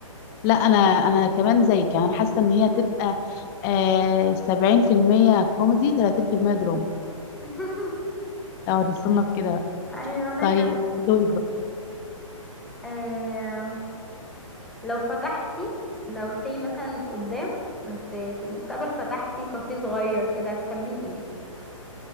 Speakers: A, on the left (about 20°); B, in the centre.
A: لا انا انا كمان زيك يعني انا حاسه ان هي تبقى آه سبعين في المية كوميدي تلاتين في المية دراما
B: <laughs>
A: لو هتتصنف كده بقى
B: ايوه انا
A: طيب دورك بقى
B: كمان لو فتحتي لو سي مثلا قدام في في المستقبل فتحتي كافيه صغير كده هتسميه ايه